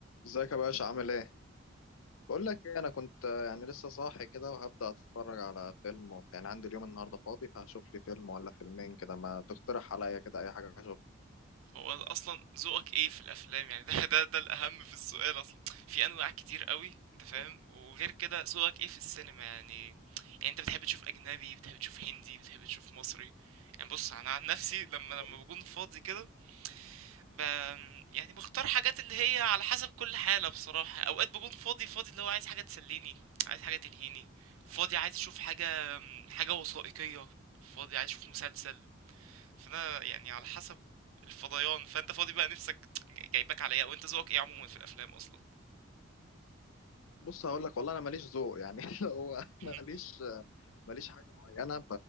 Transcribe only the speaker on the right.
هو اصلا ذوقك ايه في الافلام يعني ده ده ده الاهم في السؤال اصلا في انواع كتير قوي انت فاهم
وغير كده ذوقك ايه في السينما يعني يعني انت بتحب تشوف اجنبي بتحب تشوف هندي بتحب تشوف مصري يعني بص انا عن نفسي لما لما
بكون فاضي كده ب... يعني بختار حاجات اللي هي على حسب كل حالة بصراحة اوقات بكون فاضي فاضي اللي هو عايز حاجة تسليني عايز حاجة تلهيني فاضي عايز اشوف حاجة حاجة وثائقية فاضي عايز اشوف مسلسل فانا يعني على حسب الفضيان فانت فاضي بقى نفسك جايباك على ايه وانت ذوقك ايه عموما في الافلام اصلا
<laughs>